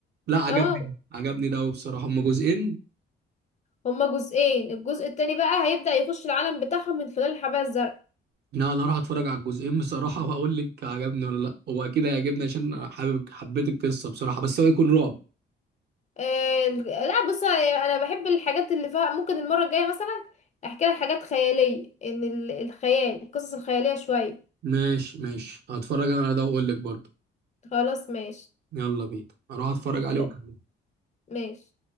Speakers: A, on the right; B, on the left.
A: لا عجبني
B: اه
A: ده عجبني ده قوي بصراحه هم جزئين
B: هما جزئين الجزء التاني بقى هيبدأ يخش العالم بتاعهم من خلال الحباية الزرقاء
A: لا انا اروح اتفرج على الجزئين بصراحه واقول لك عجبني ولا لا هو اكيد هيعجبني عشان أنا حابب حبيت القصه بصراحه بس هو يكون رعب
B: آه، لا بص انا بحب الحاجات اللي فيها ممكن المره الجايه مثلا احكي لك حاجات خياليه ان ال- الخيال القصص الخياليه شويه
A: ماشي ماشي هتفرج انا على ده واقول لك برضه
B: خلاص ماشي
A: يلا بينا اروح اتفرج عليه
B: سلام.
A: واكلمك
B: ماشي